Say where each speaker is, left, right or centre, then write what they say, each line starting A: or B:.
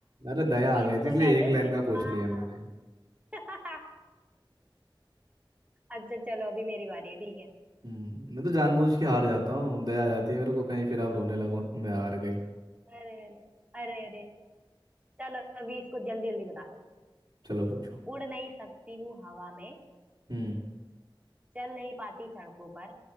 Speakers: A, on the right (about 55°); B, on the right (about 15°).
A: अरे दया आ
B: इसको
A: गई थी इसलिए
B: कहते
A: एक
B: हैं
A: लाइन
B: दिमाग
A: का पूछ लिया मैंने
B: <laughs> अच्छा चलो अभी मेरी बारी है ठीक है
A: हम्म मैं तो जानबूझ के हार जाता हूँ दया आ जाती है मेरे को कहीं फिर आप रोने लगो मैं
B: हाँ
A: हार गई
B: अरे अरे अरे अरे चलो अभी इसको जल्दी जल्दी बता दो
A: चलो पूछो
B: उड़ नहीं सकती हूँ हवा में
A: हम्म
B: चल नहीं पाती सड़कों पर